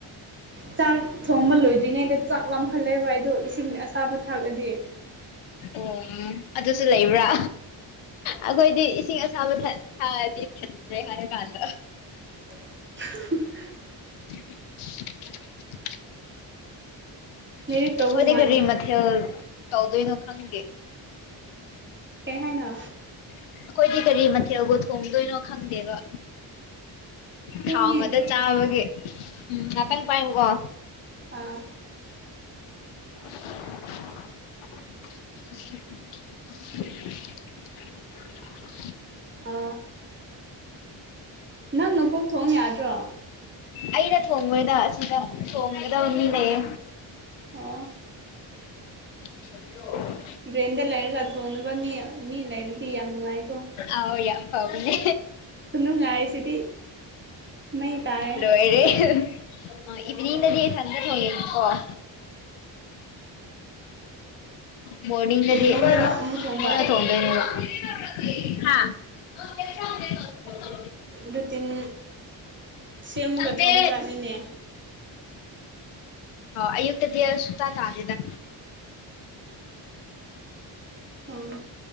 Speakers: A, on the right (about 25°); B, on the left (about 80°).
A: ꯆꯥꯛ ꯊꯣꯡꯕ ꯂꯣꯏꯗ꯭ꯔꯤꯉꯩꯗ ꯆꯥꯛ ꯂꯥꯝꯈꯠꯂꯦꯕ ꯑꯗꯣ ꯁꯤꯡ ꯑꯁꯥꯕ ꯊꯥꯛꯑꯗꯤ
B: ꯑꯣ ꯑꯗꯨꯁꯨ ꯂꯩꯕ꯭ꯔꯥ ꯑꯩꯈꯣꯏꯗꯤ ꯏꯁꯤꯡ ꯑꯁꯥꯕ ꯊꯥꯔꯗꯤ ꯦ ꯍꯔꯦ ꯐꯥꯟꯗ
A: ꯎ <inaudible>
B: <inaudible>
A: ꯂꯥꯏꯔꯤꯛ
B: ꯑꯩꯈꯣꯏꯗꯤ
A: ꯇꯧꯕ ꯃꯥꯜꯂꯤ
B: ꯀꯔꯤ ꯃꯊꯦꯜ ꯇꯧꯗꯣꯏꯅꯣ ꯈꯪꯗꯦ
A: ꯍꯦ ꯍꯥꯏꯥꯏꯅ
B: ꯑꯩꯈꯣꯏꯗꯤ ꯀꯔꯤ ꯃꯊꯦꯜꯕꯨ ꯊꯣꯡꯗꯣꯏꯅꯣ ꯈꯪꯗꯦꯕ
A: ꯊꯦꯡꯉꯦ
B: ꯊꯥꯎ ꯑꯃꯗ ꯆꯥꯕꯒꯤ ꯎꯝ ꯉꯥꯛꯇꯪ ꯄꯥꯏꯨꯀꯣ
A: ꯑꯥ
B: <inaudible> <inaudible> <inaudible> <inaudible>
A: ꯑ ꯅꯪꯅ ꯀꯣꯛ ꯊꯣꯡ ꯌꯥꯗ꯭ꯔꯣ
B: ꯑꯩꯅ ꯊꯣꯡꯕꯗ ꯑꯁꯤꯗ ꯊꯣꯡꯒꯗꯕ ꯃꯤ ꯂꯩꯌꯦ
A: ꯑꯣ
B: <inaudible>
A: ꯭ꯔꯦꯟꯗ ꯂꯩꯔꯒ ꯊꯣꯡꯅꯕ ꯃꯤ ꯃꯤ ꯂꯩꯔꯗꯤ ꯌꯥꯝ ꯅꯨꯡꯉꯥꯏ
B: ꯑꯥꯎ ꯌꯥꯝ ꯐꯥꯥꯎꯅꯦ
A: ꯈꯨꯅꯨꯡꯉꯥꯏꯁꯤꯗꯤ ꯃꯩ ꯇꯥꯔꯦ
B: ꯂꯣꯏꯔꯦ ꯑ ꯏꯕꯅꯤꯗꯗꯤ ꯆꯗ ꯊꯣꯉ ꯀꯣ <inaudible> ꯃꯣꯔꯅꯤꯡꯗꯗꯤ
A: ꯏꯚꯤꯅꯤꯡꯗ ꯅꯪ ꯑꯃꯨꯛ ꯊꯣꯡꯕ
B: ꯃꯣꯏꯅ ꯊꯣꯡꯗꯣꯏꯅꯤꯕ <unintelligible> ꯍꯥꯥ <unintelligible>
A: ꯔꯨꯇꯤꯟ ꯁꯦꯝꯃꯒ
B: ꯆꯪꯗꯦ
A: ꯊꯣꯡꯖꯥꯠꯅꯤꯅꯦ
B: ꯑꯌꯛꯇꯗꯤ ꯁ ꯇꯥ ꯇꯗꯗ
A: ꯎꯝ